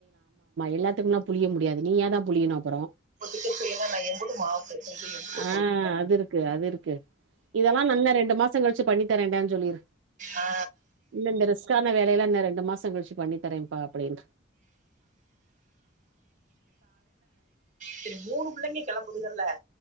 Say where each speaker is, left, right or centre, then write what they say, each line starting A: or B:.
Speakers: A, on the right; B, on the right.
A: எல்லாத்துக்குலாம் புளிய முடியாது நீயாதா புளியணு அப்புறோ
B: இப்போதைக்கு செய்யல நா எம்புட்டு மாவு பெசஞ்சு எம்புட்டு
A: ஆ
B: பொரிப்பே
A: அது இருக்கு அது இருக்கு இதெல்லா நன்ன ரெண்டு மாஸ் மாசங் கழுச்சு பண்ணி தரேண்டான் சொல்லிரு
B: ஆ
A: இல்ல இந்த ரிஸ்க்கான வே லய எல்லா இன்னு ரெண்டு மாசங் கழுச்சு பண்ணி தரேம்ப்பா அப்டின்ரு
B: சேரி மூணு புள்ளைங்க கெளம்புதுகள்ல <inaudible>